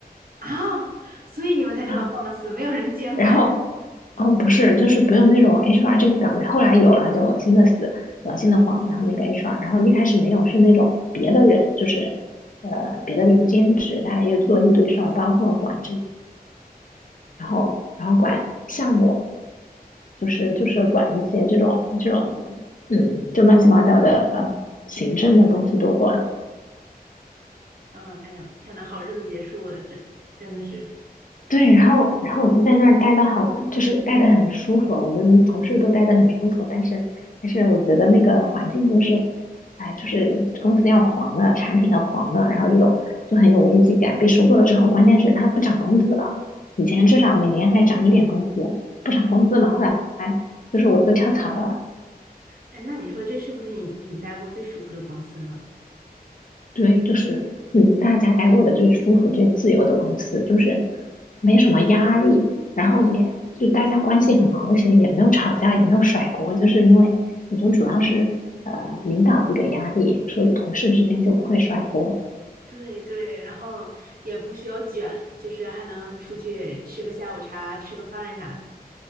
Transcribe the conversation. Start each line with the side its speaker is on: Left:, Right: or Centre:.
Right: 啊，所以你们才这么放肆，
Left: <laughs>
Right: 没有人监管。
Left: 然后嗯，不是，就是不用那种 HR 这个岗位，后来有了就恶心的死，恶心的慌，然后那个 HR，然后一开始没有是那种别的人，就是呃别的人兼职，他又做一堆事儿，包括管这，然后然后管项目，就是就是管一些这种这种嗯就乱七八糟的行政的东西都管，
Right: 嗯，哎呀，天呐，好日子结束了，真真的是。
Left: 对，然后然后我就在那儿待的好的，就是待的很舒服，我们同事都待的很舒服，但是但是我觉得那个环境就是，哎，就是公司要黄了，产品要黄了，然后这种就很有危机感。被收购了之后，关键是它不涨工资了，以前至少每年还涨一点工资，不涨工资了，
Right: 嗯
Left: 后来就是我就跳槽了。
Right: 哎，那你说这是不是你你待过最舒服的公司呢？
Left: 对，就是嗯，大家待过的最舒服、最自由的公司，就是没什么压力，然后也就大家关系很和谐，
Right: 嗯，
Left: 也没有吵架，也没有甩锅，就是因为我觉得主要是呃领导不给压力，所以同事之间就不会甩锅。
Right: 对对，然后也不需要卷，就是还能出去吃个下午茶、吃个饭啥的。